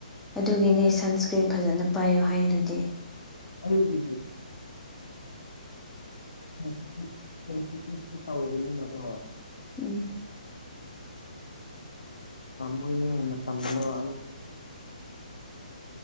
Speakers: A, in the centre; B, on the left.
A: ꯑꯗꯨꯒꯤꯅꯦ ꯁꯟꯁꯀ꯭ꯔꯤꯟ ꯐꯖꯅ ꯄꯥꯏꯌꯣ ꯍꯥꯏ ꯑꯗꯨꯗꯤ
B: ꯑꯩꯒꯤ ꯎꯝ ꯁꯤ ꯁꯦꯁꯤ ꯆꯥꯎꯕꯒ ꯅꯀꯣ
A: ꯎꯝ
B: ꯐꯃꯨꯦ ꯁꯗ